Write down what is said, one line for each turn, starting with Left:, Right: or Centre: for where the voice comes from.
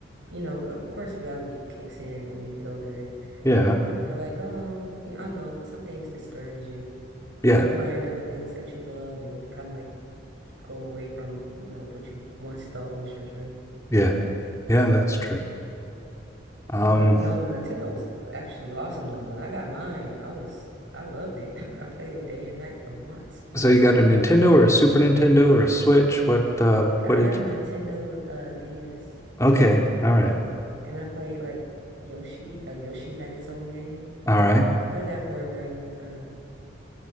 Right: you know, of course reality kicks in when you get older and
Left: Yeah.
Right: you're, you're like, oh, you I don't know, some things discourage you
Left: Yeah.
Right: or you find other things that you love and you kind of like go away from, you know, what you once thought was your dream.
Left: Yeah. Yeah, that's true. Um,
Right: But no, the Nintendo was actually awesome though. When I got mine, I was I loved it. <laughs> I played it day and night for months.
Left: so you got a Nintendo or a Super Nintendo or a Switch? What uh
Right: I got
Left: what
Right: I
Left: did
Right: got a
Left: you?
Right: Nintendo uh DS
Left: Okay. All right.
Right: and I played like Yoshi. Like Yoshi had its own game.
Left: All right.
Right: I played that for a very long time.